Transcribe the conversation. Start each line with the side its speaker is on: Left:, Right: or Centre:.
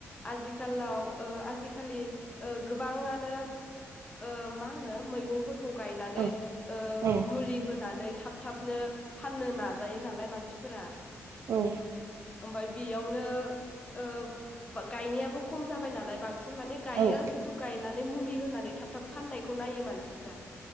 Left: आजिखालाव ओ आजिखालि ओ गोबाङानो ओ मा होनो मैगंफोर खौ गायनानै
Right: औ
Left: ओ
Right: औ
Left: मुलि होनानै थाब थाबनो फाननो नाजायोना लाय मानसिफोरा
Right: औ
Left: ओमफाय बेयावनो ओ अब गायनायाबो खम जाबाय नालाय बां सिन माने गायो
Right: औ
Left: खिन्थु गायना नै मुलि होनानै थाब थाब फाननायखौ नायो मानसिफोरा